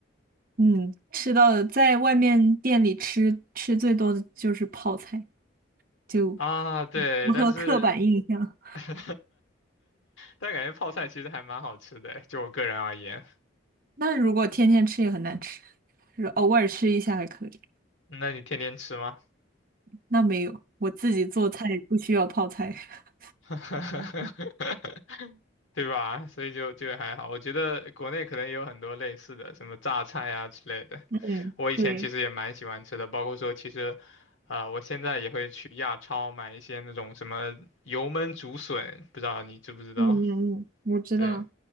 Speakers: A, on the right (about 45°); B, on the left (about 85°).
A: 嗯，吃到的在外面店里吃，吃最多的就是泡菜，就
B: 啊？啊，对，
A: 符合刻板印象。
B: 但是 <laughs> 但感觉泡菜其实还蛮好吃的，就我个人而言。
A: 那如果天天吃也很难吃，就是偶尔吃一下还可以。
B: 那你天天吃吗？
A: 那没有，我自己做菜不需要泡菜。<laughs>
B: <laughs> 对吧？所以就就还好，我觉得国内可能也有很多类似的，什么榨菜啊之类的。
A: 嗯，
B: 我以前其实也蛮喜欢吃的，
A: 对，
B: 包括说其实，呃，我现在也会去亚超买一些那种什么油焖竹笋，不知道你知不知道？
A: 嗯嗯嗯，我知道。
B: 对，